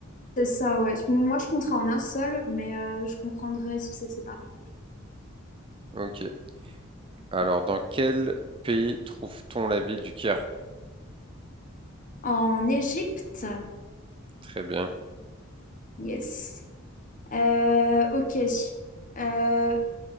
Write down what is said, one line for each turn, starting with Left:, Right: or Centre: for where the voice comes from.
Left: C'est ça, ouais. Moi, je compterai en un seul, mais euh, je comprendrais si c'est séparé.
Right: Ok. Alors, dans quel pays trouve-t-on la ville du Caire?
Left: En Égypte,
Right: Très bien.
Left: yes. Euh, ok. Euh,